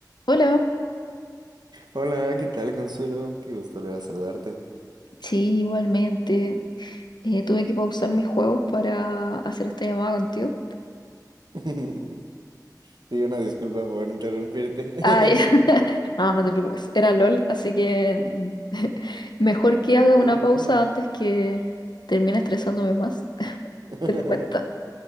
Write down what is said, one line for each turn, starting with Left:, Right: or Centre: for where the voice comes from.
Left: Hola,
Right: Hola, ¿qué tal, Consuelo? Qué gusto volver a saludarte.
Left: sí, igualmente. Eh, tuve que pausar mis juegos para hacer esta llamada contigo.
Right: <laughs> Sí, una disculpa por interrumpirte. <laughs>
Left: Ah, ya. <laughs> No, no te preocupes. Era LOL, así que mm, <laughs> mejor que haga
Right: Hola.
Left: una pausa antes que termine estresándome más. <laughs>
Right: <laughs>
Left: Te lo cuenta.